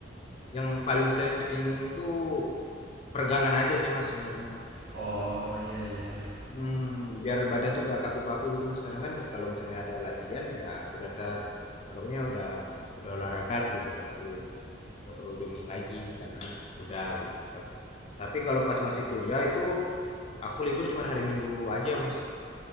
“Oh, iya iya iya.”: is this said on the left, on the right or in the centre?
Right